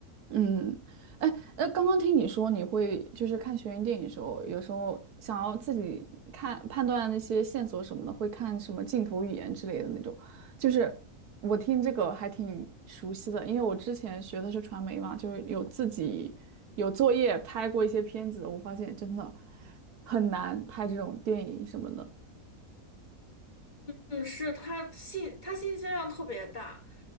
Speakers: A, on the right; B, on the left.
A: 嗯，哎，呃，刚刚听你说你会就是看悬疑电影的时候，有时候想要自己看判断那些线索什么的，会看什么镜头语言之类的那种。就是我听这个还挺熟悉的，因为我之前学的是传媒嘛，就是有自己有作业拍过一些片子，我发现真的很难拍这种电影什么的。
B: 嗯，是他信他信息量特别大，